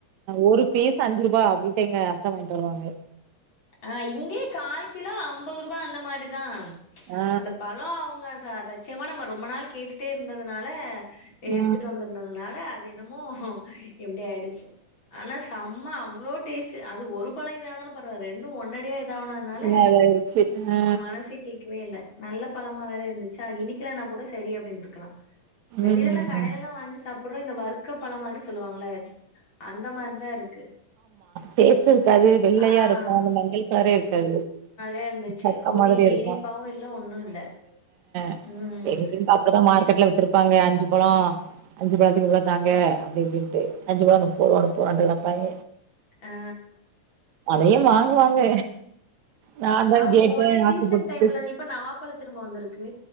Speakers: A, on the right; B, on the left.
A: ஒரு பீஸ் அஞ்சு ரூபா அப்புடின்ட்டு எங்க அத்த வாங். <unintelligible>
B: அஹ இங்கேயே கால் கிலோ ஐம்பது ரூபா அந்த மாரிதா ம்ச்
A: ஆ
B: அந்த பழோ அவங்க சாப். தச்சமா நம்ம ரொம்ப நாள் கேட்டுட்டே இருந்ததுனால.
A: ஆ
B: எடுத்துட்டு வந்துருந்ததுனால. என்னமோ இப்டி ஆயிடுச்சு. ஆனா செம்ம அவ்வளோ டேஸ்ட். ச்சு அது ஒரு பழோ இது ஆனாலு பரவால ரெண்டு. து உன்னடியேது. இதானதுனால
A: நல்லாயிருச்சு
B: எ
A: ஆ
B: மனசே கேக்கவே இல்ல. நல்ல பழமா வேற இருந்துச்சா இனிக்கலனா கூட சரி அப்டின்ருக்கலா வெளியல்லா
A: ம்
B: கடைலெல்லா வாங்கி சாப் புற இந்த வர்க்க பழம் மாரி சொல்லுவாங்கள அந்த மாரிதா இருக்கு
A: பேச சு இருக்காது வெள்ளையா
B: ஆ
A: இருக்கு அந்த மங்கள்பாரே இருக்காது
B: அ இருந்துச்சு
A: சக்க
B: ஒரு
A: மாதிரி இருக்கு
B: இனிப்பாவு இல்ல ஒண்ணு இல்ல
A: <unintelligible>
B: ம்
A: அப்டிதா மா ர்கெட்ல வித்திருப்பாங்க அஞ்சு பழோ அஞ்சு பழத்துக்கு இவ்ளோத்தாங்க அப்டி இப்டின்ட்டு அஞ்சு பழொ முப்பருவா முப்பருவான்டு கடப்பாங்க
B: ஆ
A: அதையவா ங்குறாங்க நாந்தா‌கேட்டே
B: ஆமா வந்து சீசன்
A: ஆசப்பட்டு
B: டைம்ல இப்ப நவாப்பழ திரும்ப வந்திருக்கு